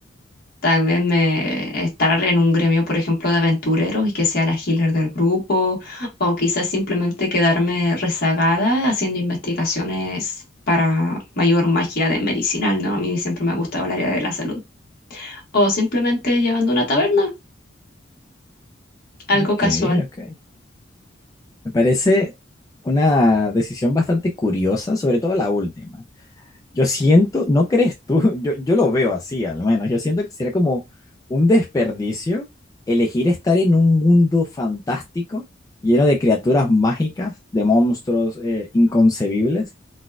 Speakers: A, on the left; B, on the left.
A: Tal vez me estar en un gremio, por ejemplo, de aventureros y que sea la healer del grupo, o quizás simplemente quedarme rezagada haciendo investigaciones para mayor magia de medicinal, ¿no? A mí siempre me ha gustado el área de la salud. o simplemente llevando una taberna, algo
B: Ok,
A: casual.
B: ok. Me parece una decisión bastante curiosa, sobre todo la última. Yo siento, ¿no crees tú? <laughs> Yo, yo lo veo así, al menos. Yo siento que sería como un desperdicio elegir estar en un mundo fantástico, lleno de criaturas mágicas, de monstruos eh, inconcebibles